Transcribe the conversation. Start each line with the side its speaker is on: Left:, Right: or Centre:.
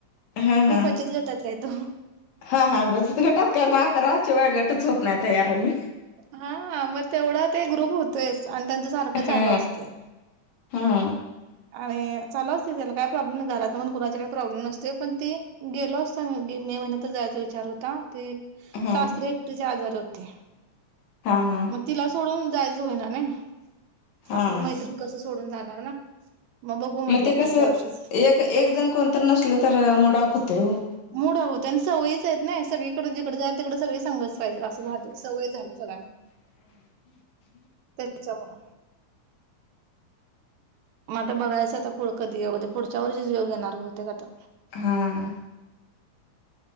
Left: हा
Right: हे
Left: हा
Right: बचत गटातला आहेत हो.
Left: हा हा बचत गटात काय, मग अकरा शिवाय गटच होत नाही तयार आणि.
Right: हा मग तेवढा ते ग्रुप होतोयच आणि जस सारख
Left: हा
Right: चालू असतय.
Left: हा
Right: आणि चालु असतय, त्याला काही प्रॉब्लेम नाही. घरातण पण, कुणाच्या काही प्रॉब्लेम नसतोय. पण ती गेलो आसतो आम्ही. मे महिन्यातच जायचा विचार होता. ते
Left: हा
Right: सासरे एकटीचे आजारी होते.
Left: हा, हा.
Right: मग तिला सोडून जायचं होईना नाही.
Left: हा
Right: आपली मैत्रिणी कसं सोडून जाणार ना. बघू म्हटलं
Left: मग ते
Right: पुढच्या
Left: कसं
Right: वर्षीच
Left: एक, एक जण कोण तर नसल तर मुड ऑफ होतय हो.
Right: मुड ऑफ होतय नी, सवयीच आहेत नही सगळीकडे जिकडे जाईल, तिकड सगळे संगच पाहिजे असं झालंय. सवय झाल्या सगळ्यांना, त्याच्यामुळ मग आता बघायचं. आता पुढ कधी योग येतोय, पुढच्या वर्षीच योग येणार बहुतेक आता.
Left: हां.